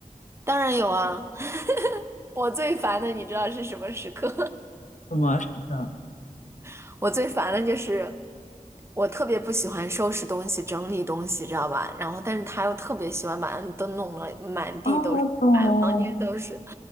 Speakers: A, on the right (about 20°); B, on the left (about 60°).
A: 当然有啊，我最烦的你知道是什么时刻？
B: 什么时刻？
A: <laughs> 我最烦的就是我特别不喜欢收拾东西、整理东西，知道吧？然后但是他又特别喜欢把都弄得满地都是。
B: 啊，我懂，
A: 都是，